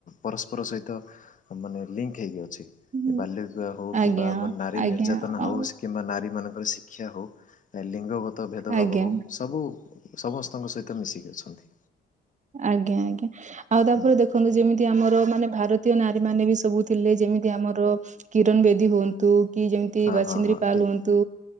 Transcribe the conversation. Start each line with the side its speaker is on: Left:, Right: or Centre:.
Left: ପରସ୍ପର ସହିତ ମାନେ ଲିଙ୍କ ହେଇକି ଅଛି।
Right: ହୁଁ,
Left: ବାଲ୍ୟ ବିବାହ ହଉ
Right: ଆଜ୍ଞା
Left: କିମ୍ବା ଆମ ନାରୀ
Right: ଆଜ୍ଞା
Left: ନିର୍ଯାତନା ହଉ
Right: ଆଉ
Left: କିମ୍ବା ନାରୀ ମାନଙ୍କର ଶିକ୍ଷା ହ ଲିଙ୍ଗ ଗତ ଭେଦଭାବ
Right: ଆଜ୍ଞା
Left: ହଉ ସବୁ ସମସ୍ତଙ୍କ ସହିତ ମିଶିକି ଅଛନ୍ତି।
Right: ଆଜ୍ଞା ଆଜ୍ଞା ଆଉ ତାପରେ
Left: ହୁଁ
Right: ଦେଖନ୍ତୁ ଯେମିତି ଆମର ମାନେ ଭାରତ ତ ନାରୀ ମାନେ ବି ସବୁ ଥିଲେ। ଯେମିତି ଆମର କିରଣ ବେଦୀ ହୁଅନ୍ତୁ। କି ଯେମତି
Left: ହଁ
Right: ବାସିନ୍ଦ୍ରୀ
Left: ହଁ ହଁ
Right: ପାଲ
Left: ଠିକ୍
Right: ହୁଅନ୍ତୁ।